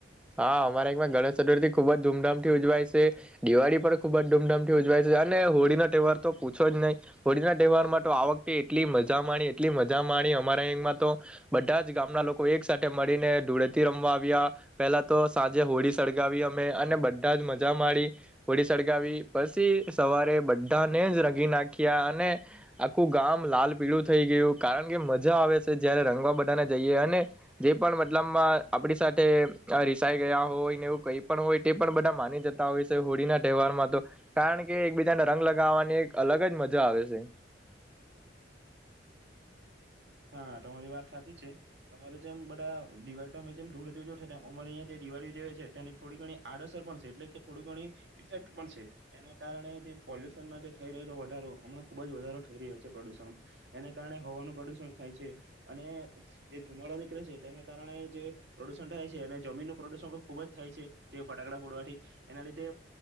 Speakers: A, in the centre; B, on the right.
A: હા અમારે એકમાં ગણેશ ચતુર્થી ખુબ જ ધૂમધામ ઉજવાય છે, દિવાળી પણ ખુબ જ ધૂમધમથી ઉજવાય છે, અને હોળીનો તહેવાર તો પૂછો જ નહીં હોળી ના તહેવારમાં તો આ વખતે એટલી મજા માણી એટલી મજા માણી અમારા અંમાં તો બધા જ ગામના લોકો એક સાથે મળીને ધૂળેથી રમવા આવ્યા પહેલા તો તો સાંજે હોળી સળગાવી મે અને બધા જ મજા માડી હોળી સળગાવી પછી સવારે બધાને જ રંગી નાખ્યા અને આખું ગામ લાલ પીળું થઈ ગયું કારણ કે મજા આવે છે, જયારે રંગવા બધાને જઈએ અને જે પણ મતલબમાં આપડી સાથે આ રીસાઈ ગયા હોય ને એવું કઈ પણ હોય તે પણ બધા માની જતા હોય છે, હોળી ના તહેવારમાં તો કારણ કે એકબીજાને રંગ લગાવવાની એક અલગ જ મજા આવે છે.
B: હા તમારી વાત હાચી જ છે તમારે જેમ બધા દિવાળી તમે જેમ ધૂળ જો અમારે અહીંયા જે દિવાળીઓ જે છે તેની થોડી ઘણી આડઅસર પણ છે એટલે કે થોડી ઘણી ઈફેક્ટ પણ છે એના કારણે જે પોલ્યુશનમાં જે થઈ રહેલો વધારો હમણાં ખુબ જ વધારો થઈ રહ્યો છે પ્રદુષણ એના કારણે હવાનું પ્રદુષણ થાય છે અને જે ધુમાડો નીકળે છે તેના કારણે જે પ્રદુષણ થાય છે અને જમીનનું પ્રદુષણ પણ ખુબ જ થાય છે, જે ફટાકડા ફોડવાથી એના લીધે